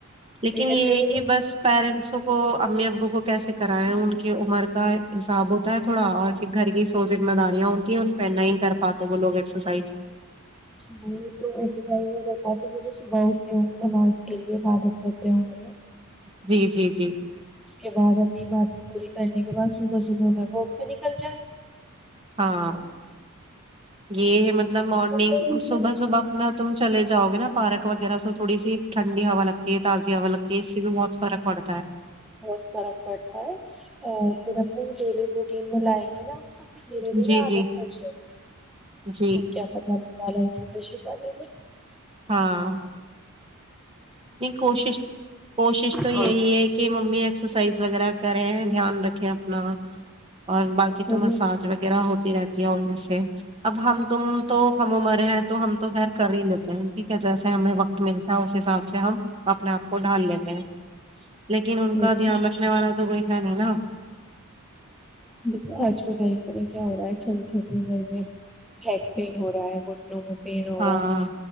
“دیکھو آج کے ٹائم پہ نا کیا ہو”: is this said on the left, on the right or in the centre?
Centre